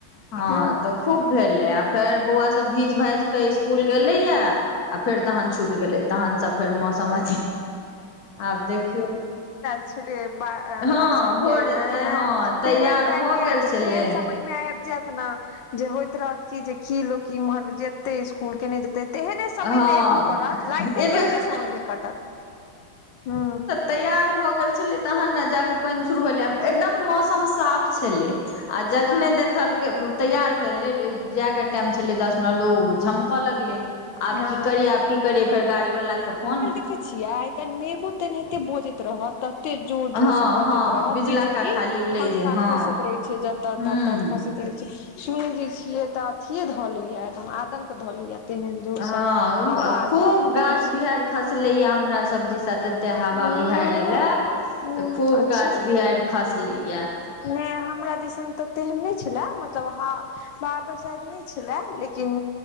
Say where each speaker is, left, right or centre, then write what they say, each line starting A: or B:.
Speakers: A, on the left (about 50°); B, on the left (about 70°).
A: हँ
B: ह
A: तऽ खूब भेलै आ फेर बौआ सब भीज भाजि कऽ ईस्कुल गेलैया आ फेर
B: ह
A: तहन छुटि गेलै तहन स फेर मौसम अथी आब देखियौ
B: छलिएया बा
A: हँ
B: वर्षा
A: भोर
B: भेल
A: एते
B: अँ
A: हँ तैयार
B: तेहन टाइममे
A: भऽ गेल छलै
B: तेहन समयमे आबि जायत न जे होइत रहत की जे की लोक इम्हर जेते स्कूल केने जेते तेहने समय
A: हँ
B: मे एबो करत लाइटो
A: एबे
B: तेहने समय मे कटत हू
A: तैआार भऽ गेल छलै तहन ने जाकऽ पानि शुरू भेलै एकदम मौसम साफ छलैय आ जखने
B: हँ
A: देखलकै तैयार भेलै जायके टाइम छलै दस मिनट तऽ झमकऽ लगलैय आब
B: हँ
A: की करियै आब की करियै फेर गाड़ी वला के फोन
B: देखैत छियै आइ काल्हि मेघो तेनाहिते बजैत रहत त एते जोर जोर
A: हँ
B: से बजैत
A: हँ
B: रहत
A: बिजला
B: बिजली
A: का खाली
B: ठनका
A: लै जे हँ
B: खसैत रहै छैय तऽ
A: हूँ
B: त त खासतै रहे छैय सुनै जे छियै तऽ अथीे धऽ लऽ य एकदम आदंक धल लेया तेहन जोर
A: हँ
B: से आवाज
A: खूब
B: आबैत
A: गाछ
B: रहै छै
A: बिहायर खसले या हमरा सब दिस त त एते हवा
B: हूं
A: बिहाड़ि एले
B: हूं
A: तऽ खूब
B: अच्छा
A: गाछ बिहाड़ि खसले या
B: नहि हमरा दिसन तऽ तेहन नहि छले मतलब हवा बरसाइत नहि छले लेकिन